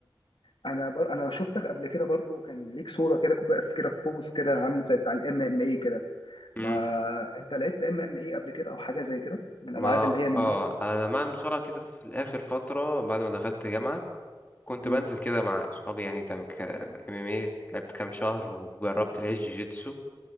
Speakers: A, on the left; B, on the left.
A: انا بر... انا شفتك قبل كده برضو كان ليك صوره كده كنت واقف كده في بوز كده عامل زي بتاع الام ام اي كده
B: مم.
A: ما انت لعبت ام ام اي قبل كده او حاجه زي كده من
B: ما
A: الالعاب اللي هي
B: اه
A: من نوع
B: انا مع المصارعه كده في الاخر فتره بعد ما دخلت جامعه كنت
A: مم.
B: بنزل كده مع اصحابي يعني تم ك ام ام اي لعبت كام شهر وجربت اللي هي الجيجيتسو